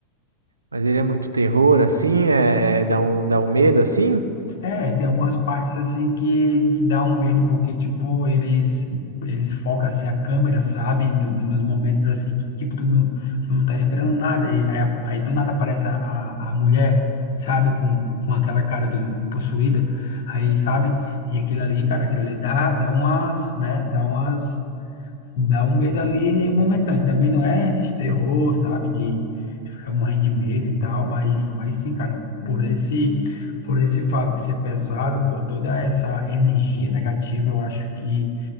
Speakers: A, on the right; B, on the left.
A: Mas ele é muito terror, assim, é, é- dá um, dá um medo, assim.
B: É, tem algumas partes assim que, que dá um medo, porque, tipo, eles eles focam, assim, a câmera, sabe? No- no- nos momentos, assim, que, tipo, tu não, tu não tá esperando nada, e, aí, a- aí do nada aparece a, a, a mulher, sabe? Com, com aquela cara do, possuída, aí, sabe? E aquilo ali, cara, aquilo ali dá, dá umas, né? Dá umas, dá um medo ali momentâneo. Também não é esse terror, sabe? ficar morrendo de medo e tal, mas, mas sim, cara, por esse, Uhum. por esse fato de ser pesado, por toda essa energia negativa, eu acho que